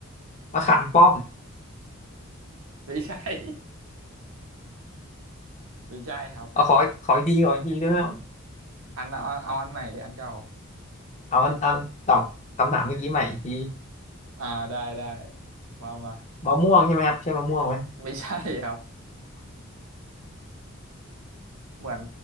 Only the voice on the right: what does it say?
ไม่ใช่ <laughs> ไม่ใช่ครับ
อันเอาเอาอันใหม่หรืออันเก่า
อ่าได้ได้ว่ามา
ไม่ใช่ครับเหมือน